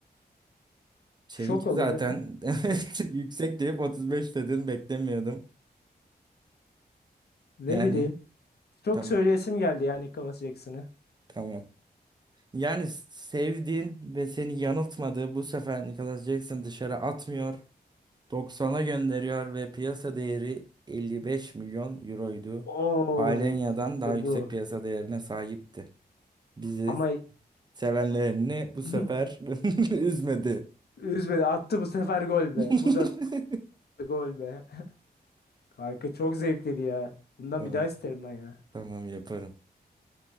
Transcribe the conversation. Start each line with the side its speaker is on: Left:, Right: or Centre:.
Right: Şeyinki
Left: Şok oldun
Right: zaten
Left: değil mi?
Right: <laughs> evet, yüksek deyip 35 dedin beklemiyordum.
Left: <laughs> Ne
Right: Yani
Left: bileyim. Çok
Right: tam
Left: söyleyesim geldi ya Nicholas Jackson'ı.
Right: tamam. Yani sevdiğin ve seni yanıltmadığı bu sefer Nicholas Jackson dışarı atmıyor. 90'a gönderiyor ve piyasa değeri 55 milyon euroydu.
Left: Oo,
Right: Palenya'dan
Left: işte
Right: daha yüksek
Left: bu.
Right: piyasa değerine sahipti. Bizi
Left: Ama
Right: sevenlerini bu sefer
Left: <laughs>
Right: <laughs> üzmedi.
Left: üzmedi. Attı bu sefer gol
Right: <laughs>
Left: be. Bu da gol be. <laughs> Kanka çok zevkliydi ya. Bundan
Right: Aa,
Left: bir daha isterim ben ya.
Right: Tamam yaparım.